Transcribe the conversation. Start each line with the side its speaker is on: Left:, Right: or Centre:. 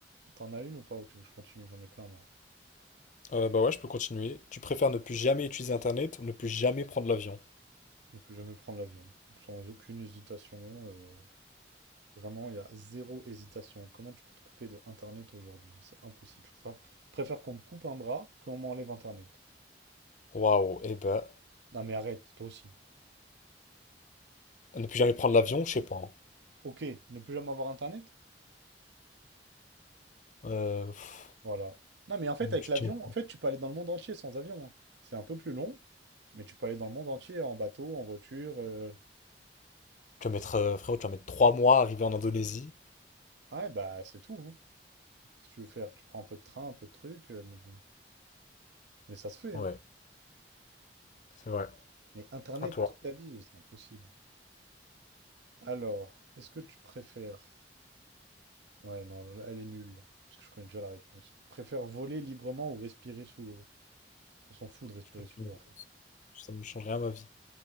Right: T'en as une ou pas? Ou tu veux que je continue? J'en ai plein, moi.
Left: Euh, bah ouais, je peux continuer. Tu préfères ne plus jamais utiliser Internet ou ne plus jamais prendre l'avion?
Right: Ne plus jamais prendre l'avion. Sans aucune hésitation. euh, vraiment, il y a zéro hésitation. Comment tu peux te couper de Internet aujourd'hui? C'est impossible. Je préfère, je préfère qu'on me coupe un bras qu'on m'enlève Internet.
Left: Waouh, eh ben,
Right: Non mais arrête, toi aussi.
Left: ne plus jamais prendre l'avion, je sais pas. hein.
Right: Ok, ne plus jamais avoir Internet?
Left: Euh, pff,
Right: Voilà. Non mais en fait, avec
Left: tu,
Right: l'avion,
Left: tu-
Right: en fait, tu peux aller dans le monde entier sans avion. hein. C'est un peu plus long, mais tu peux aller dans le monde entier en bateau, en voiture. euh.
Left: tu vas mettre, euh, frérot, tu vas mettre trois mois à arriver en Indonésie.
Right: Ah Ouais, bah c'est tout. hein. Qu'est-ce que tu veux faire? Tu prends un peu de train, un peu de truc, euh, mais bon. Mais ça se fait,
Left: Ouais,
Right: hein.
Left: c'est vrai.
Right: Mais Internet
Left: À toi.
Right: toute ta vie, c'est impossible. Alors, est-ce que tu préfères... Ouais, non, elle est nulle, parce que je connais déjà la réponse. Préfère voler librement ou respirer sous l'eau? On s'en fout de respirer
Left: Je continue.
Right: sous l'eau, en fait.
Left: Ça ne change rien à ma vie.